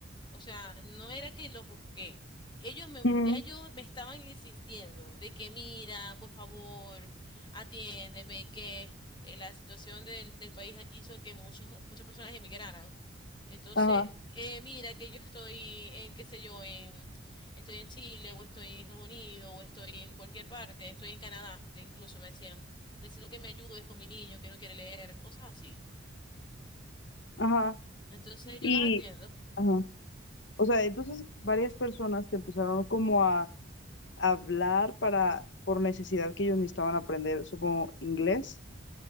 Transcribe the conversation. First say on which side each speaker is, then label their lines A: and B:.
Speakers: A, on the left (about 25°); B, on the left (about 60°).
A: O sea, no era que los busqué. Ellos me,
B: Ujú.
A: ya ellos me estaban insistiendo de que mira, por favor, atiéndeme, que eh, la situación del, del país hizo que muchos, muchas personas emigraran. Entonces,
B: Ajá,
A: eh, mira que yo estoy en, qué sé yo, en, estoy en Chile, o estoy en Estados Unidos, o estoy en cualquier parte, estoy en Canadá, incluso me decían necesito que me ayudes con mi niño que no quiere leer, cosas así.
B: ajá.
A: Entonces
B: Y,
A: yo las atiendo.
B: ajá. O sea, entonces varias personas te empezaron como a, hablar para, por necesidad que ellos necesitaban aprender, supongo, inglés.